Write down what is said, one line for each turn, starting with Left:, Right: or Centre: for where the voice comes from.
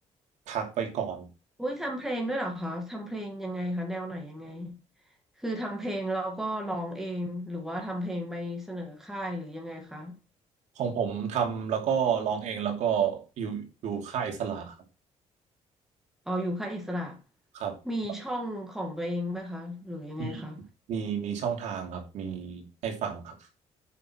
Right: พักไปก่อน
Centre: อุ้ยทำเพลงด้วยเหรอคะ ทำเพลงยังไงคะแนวไหนยังไงคือทำเพลงแล้วก็ร้องเองหรือว่าทำเพลงไปเสนอค่ายหรือยังไงคะ
Right: ของผมทำแล้วก็ร้องเองแล้วก็อยู่อยู่ค่ายอิสระครับ
Centre: เอาออยู่ค่ายอิสระ
Right: ครับ
Centre: มีช่องของตัวเองไหมคะ หรือยังไงคะ
Right: มีมีมีช่องทางครับมีให้ฟังครับ